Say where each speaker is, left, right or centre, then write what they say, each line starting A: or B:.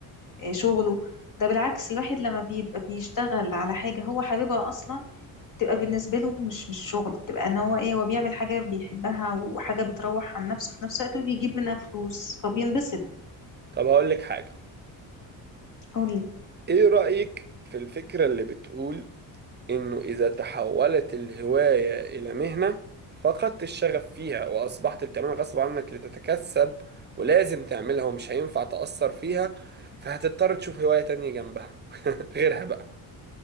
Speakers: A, on the left; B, on the right.
A: آه، شغله ده بالعكس الواحد لما بيبقى بيشتغل على حاجة هو حاببها اصلا تبقى بالنسبة له مش مش شغل تبقى ان هو ايه هو بيعمل حاجة بيحبها وحاجة بتروح عن نفسه في نفس الوقت وبيجيب منها فلوس فبينبسط
B: طب هقول لك حاجة
A: قولي
B: ايه رأيك في الفكرة اللي بتقول انه اذا تحولت الهواية الى مهنة فقدت الشغف فيها واصبحت بتعملها غصب عنك لتتكسب ولازم تعملها ومش هينفع تأثر فيها فهتضطر تشوف هواية تانية جنبها <laughs> غيرها بقى